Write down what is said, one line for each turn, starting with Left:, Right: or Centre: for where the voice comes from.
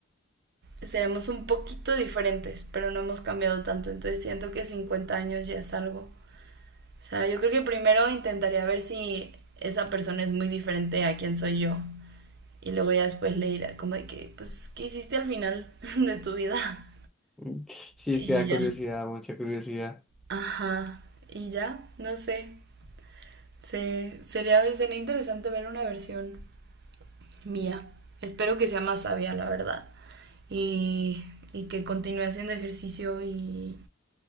Right: seremos un poquito diferentes, pero no hemos cambiado tanto. Entonces siento que 50 años ya es algo. O sea, yo creo que primero intentaría ver si esa persona es muy diferente a quien soy yo. Y luego ya después le dirá como de que, pues, ¿qué hiciste al final <laughs> de tu vida?
Centre: Mm, Sí,
Right: Y
Centre: es que da
Right: ya.
Centre: curiosidad, mucha curiosidad.
Right: Ajá. Y ya, no sé. Se, sería, sería interesante ver una versión mía. Espero que sea más sabia, la verdad. Y, y que continúe haciendo ejercicio y,